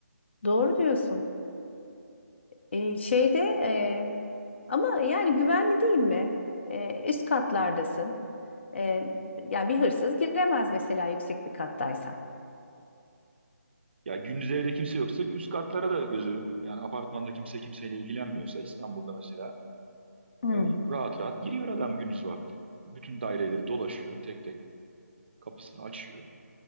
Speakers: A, on the left (about 45°); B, on the right (about 40°).
A: Doğru diyorsun. Ee, şeyde e, ama yani güvenli değil mi? Ee, üst katlardasın. Ee, yani bir hırsız giremez mesela yüksek bir kattaysan.
B: Ya gündüz evde kimse yoksa üst katlara da gözü yani apartmanda kimse kimseyle ilgilenmiyorsa İstanbul'da mesela
A: Hmm.
B: e, rahat rahat giriyor adam gündüz vakti. Bütün daireleri dolaşıyor tek tek kapısını açıyor.